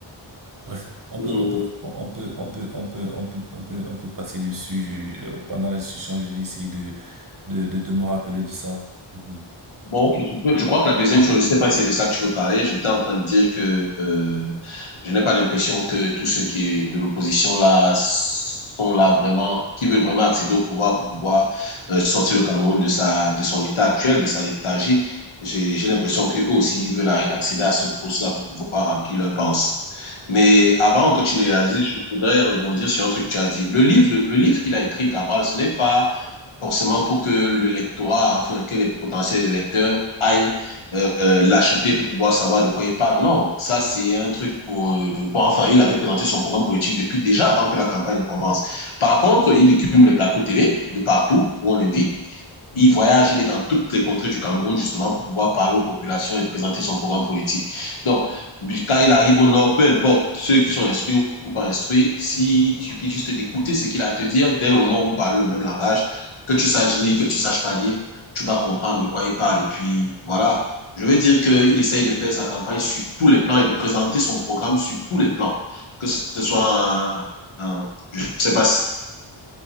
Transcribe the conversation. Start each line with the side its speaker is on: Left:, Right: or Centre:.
Right: Bref, on
Left: Mhm.
Right: peut, on peut, on peut, on peut, on peut, on peut, on peut, on peut passer dessus. Je- je- pendant la discussion, je vais essayer de, de, de, de me rappeler de ça. Mhm.
Left: Bon, ok, je peux- je crois que la deuxième chose, je ne sais pas si c'est de ça que tu veux parler. J'étais en train de dire que euh, je n'ai pas l'impression que tous ceux qui est de l'opposition là sont là vraiment, qui veulent vraiment accéder au pouvoir pour pouvoir euh, sortir le Cameroun de sa, de son état actuel, de sa léthargie. J'ai, j'ai l'impression qu'eux aussi ils veulent arri- accéder à ce poste-là pour pouvoir remplir leur pense. Mais avant que tu ne réalises, je voudrais rebondir sur un truc que tu as dit. Le livre de, le livre qu'il a écrit, Cabral, ce n'est pas forcément pour que le lectorat, enfin que les potentiels lecteurs aillent euh, l'acheter pour pouvoir savoir de quoi il parle. Non, ça c'est un truc pour, euh, pour, Enfin, il avait présenté son programme politique depuis déjà avant que la campagne ne commence. Par contre, il écume les plateaux télé de partout où on l'invite. Il voyage, il est dans toutes les contrées du Cameroun justement pour pouvoir parler aux populations et présenter son programme politique. Donc, quand il arrive au Nord, peu importe ceux qui sont instruits ou pas instruits, si, il suffit juste d'écouter ce qu'il a à te dire dès le moment où vous parlez le même langage que tu saches lire, que tu saches pas lire, tu vas comprendre de quoi il parle. Et puis, voilà. Je veux dire qu'il essaye de faire sa campagne sur tous les plans et de présenter son programme sur tous les plans. Que ce soit, un, un, je ne sais pas s'il